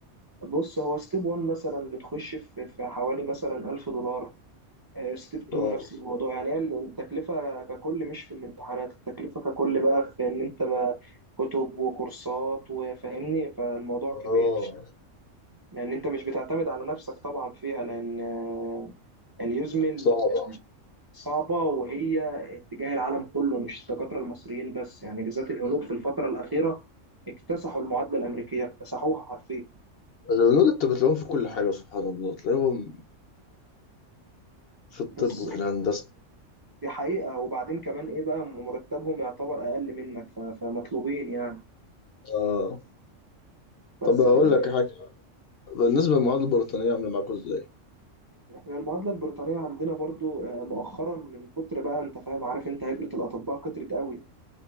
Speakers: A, on the right (about 35°); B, on the left (about 60°).
A: بص هو ستيب 1 مثلا بتخش في في حوالي مثلا 1000 دولار ستيب 2
B: عندكم؟
A: نفس الموضوع يعني هي التكلفه ككل مش في الامتحانات التكلفه ككل بقى في ان انت بقى كتب وكورسات وفاهمني فالموضوع
B: اه
A: كبير لان انت مش بتعتمد على نفسك طبعا فيها لان آه، اليوزمل
B: صعبة
A: صعبة وهي اتجاه العالم كله مش الدكاترة المصريين بس يعني بالذات الهنود في الفترة الأخيرة اكتسحوا المعادلة الأمريكية اكتسحوها حرفيا
B: الهنود انت بتلاقيهم في كل حاجة سبحان الله تلاقيهم في الطب
A: بس
B: وفي الهندسة
A: دي حقيقة وبعدين كمان إيه بقى مرتبهم يعتبر أقل منك ف- فمطلوبين يعني
B: اه
A: بس
B: طب هقول
A: فاهم
B: لك حاجة بالنسبة للمعادلة البريطانية عاملة معاكوا ازاي؟
A: إحنا المعادلة البريطانية عندنا برضو آه، مؤخرا من كتر بقى أنت فاهم عارف أنت هجرة الأطباء كترت قوي